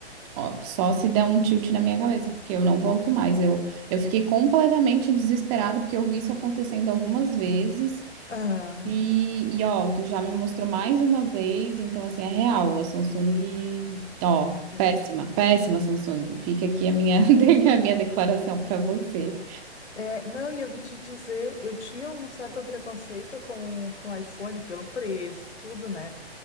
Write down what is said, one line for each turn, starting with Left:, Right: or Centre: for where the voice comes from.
Right: ó, só se der um tilt na minha cabeça, porque eu não volto mais. Eu, eu fiquei completamente desesperada porque eu vi isso acontecendo algumas vezes.
Left: Ah,
Right: E, e, ó, tu já me mostrou mais uma vez, então assim, é real, a Samsung, ó,
Left: é,
Right: péssima, péssima Samsung. Fica aqui a minha, <laughs> a minha declaração para você.
Left: é, não, e eu vou te dizer, eu tinha um certo preconceito com, com o iPhone pelo preço, tudo, né?